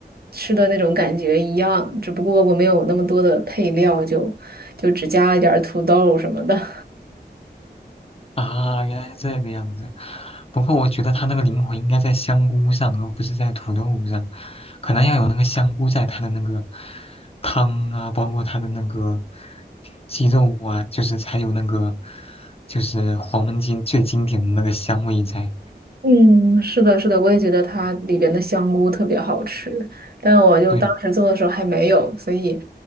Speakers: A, on the right (about 60°); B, on the left (about 35°).
A: 吃的那种感觉一样，只不过我没有那么多的配料，就就只加了一点儿土豆什么的。<laughs>
B: 啊，原来是这个样子。不过我觉得他那个灵魂应该在香菇上，而不是在土豆上，可能要有那个香菇在他的那个汤啊，包括他的那个鸡肉啊，就是才有那个就是黄焖鸡最经典的那个香味在。
A: 嗯，是的，是的，我也觉得它里边的香菇特别好吃，
B: 嗯
A: 但我就当时做的时候还没有，
B: 对，
A: 所以